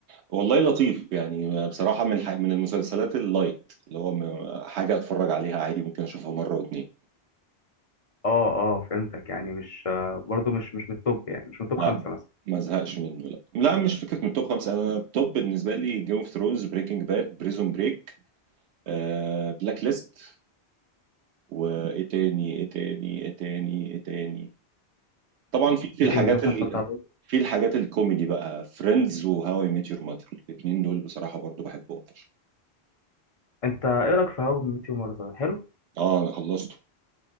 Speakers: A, on the right; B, on the left.
A: والله لطيف يعني بصراحة من ح... من المسلسلات اللايت اللي هو م- حاجة اتفرج عليها عادي ممكن اشوفها مرة واتنين
B: اه اه فهمتك يعني مش آه، برضو مش مش من التوب يعني مش من التوب
A: لا
B: خمسة مثلا
A: ما ازهقش منه لا لا مش فكرة من التوب خمسة انا التوب بالنسبة لي جيم اوف ثرونز بريكنج باد بريزون بريك آه... بلاك ليست وايه تاني ايه تاني ايه تاني ايه تاني طبعا في في
B: فايكنجز
A: الحاجات
B: مثلا
A: ال...
B: اتفرجت على Vikings.
A: في الحاجات الكوميدي بقى فريندز وهاو اي ميت يور ماتر الاثنين دول بصراحة برضو بحبهم فشخ
B: انت ايه رايك في هاو ميت يور ماذر حلو
A: اه انا خلصت